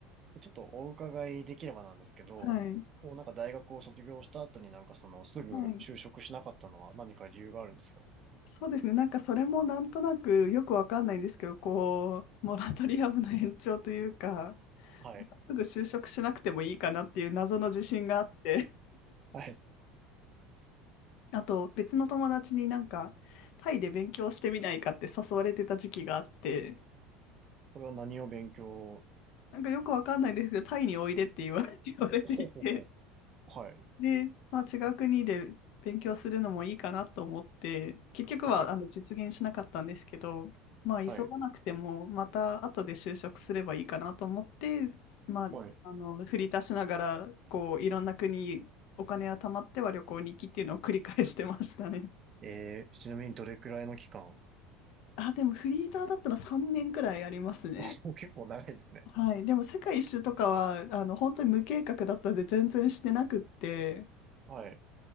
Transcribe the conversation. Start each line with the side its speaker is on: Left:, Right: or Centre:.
Right: ちょっとお伺いできればなんですけど、
Left: はい。
Right: こうなんか大学を卒業した後になんかそのすぐ就職しなかったのは何か理由があるんですか
Left: はい。そうですね。なんかそれもなんとなくよくわかんないんですけど、こう、モラトリアムの延長というか、
Right: はい。
Left: すぐ就職しなくてもいいかなっていう謎の自信があって、
Right: はい。
Left: <laughs> あと別の友達になんかタイで勉強してみないかって誘われてた時期があって、
Right: それは何を勉強
Left: なんかよくわかんないんですけど、タイにおいでって言われ、<laughs> 言われていて、
Right: ほうほうほう。はい。
Left: で、まあ、違う国で勉強するのもいいかなと思って、結局はあの実現しなかったんですけど、
Right: はい。
Left: まあ、急がなくても、
Right: はい。
Left: また後で就職すればいいかなと思って、まあ、
Right: はい。
Left: あの振り足しながらこういろんな国、お金が貯まっては旅行に行きっていうのを繰り返してましたね。
Right: えー、ちなみにどれくらいの期間
Left: <laughs> あ、でもフリーターだったら3年くらいありますね。
Right: <laughs> もう結構長いですね。
Left: はい、でも世界一周とかはあの本当に無計画だったんで全然してなくって、
Right: はい。